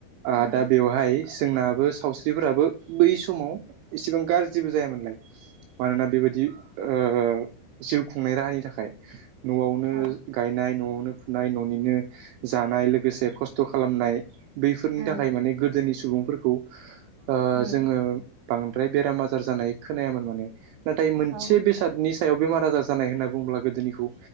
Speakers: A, on the right; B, on the right.
A: उम
B: ओ दा बेवहाय जोंनाबो सावस्रिफोराबो बै समाव एसेबां गाज्रिबो जायामोनलाय मानोना बेबायदि ओ जिउ खुंनाय राहानि थाखाय। न'आवनो
A: औ
B: गायनाय न'आवनो फुनाय न'निनो जानाय लोगोसे खस्थ' खालामनाय बैफोरनि
A: उम
B: थाखाय माने गोदोनि सुबुंफोरखौ ओ
A: उम
B: जोङो बां द्राय बेराम आजार जानाय खोनायामोन माने नाथाय मोनसे
A: औ
B: बेसादनि सायाव बेमार आजार जानाय होनना बुंब्ला गोदोनिखौ